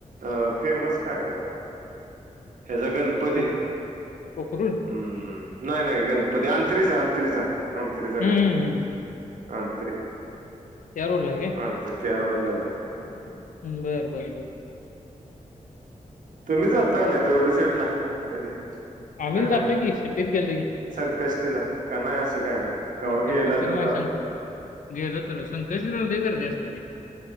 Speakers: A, on the right; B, on the left.
A: अ फेमस काय ना ह्याचा गणपती
B: को कोकरूड?
A: हम्म नाही नाही गणपती अंतरीचा अंतरीचा न थ्री जगनपर
B: हं.
A: न थ्री
B: त्या रोड ला आहे का
A: म्ह ते रोडला जा ह
B: ् बरं बरं बरं
A: तुम्ही जाता नाही दगडूशेठला कधी
B: आम्ही
A: काय नाही
B: जातली की सिटीत गेले
A: संकष्टीला का नाही असं काय नाही कवाघेला
B: संकष्टीला
A: तर
B: नाही
A: जातय
B: सं गेलं तर संक गर्दी असते ती